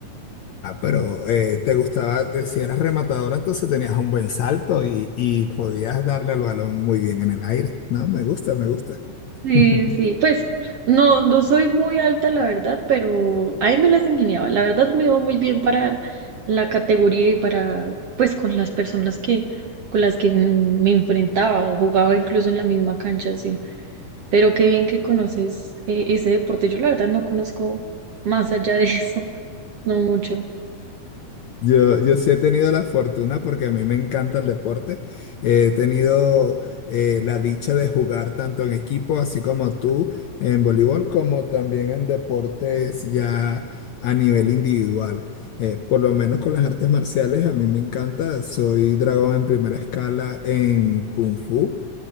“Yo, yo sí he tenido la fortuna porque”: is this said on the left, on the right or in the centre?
Left